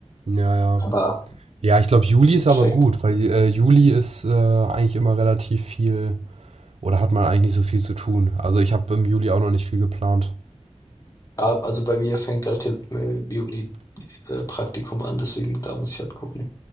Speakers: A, on the right; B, on the left.
A: Ja, ja.
B: Aber
A: Ja, ich glaube, Juli
B: im
A: ist
B: Endeffekt.
A: aber gut, weil äh, Juli ist äh, eigentlich immer relativ viel oder hat man eigentlich nicht so viel zu tun. Also ich habe im Juli auch noch nicht viel geplant.
B: Ja, also bei mir fängt halt im Juli äh, Praktikum an, deswegen da muss ich halt gucken.